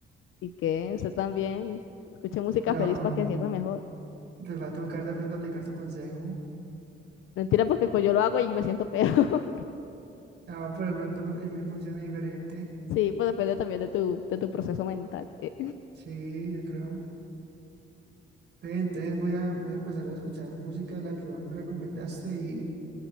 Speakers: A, on the left (about 85°); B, on the right (about 60°).
A: y que usted también escuche música
B: No,
A: feliz para que se sienta mejor.
B: pues va a tocar de pronto aplicar tu consejo.
A: Mentira, porque pues yo lo hago y me siento peor. <laughs>
B: Ah, pero de pronto pues, en mí funciona diferente.
A: sí, pues depende también de tu, de tu proceso mental. Eh,
B: Sí, yo creo. Ve, entonces voy a, voy a empezar a escuchar música de la que vos me recomendaste y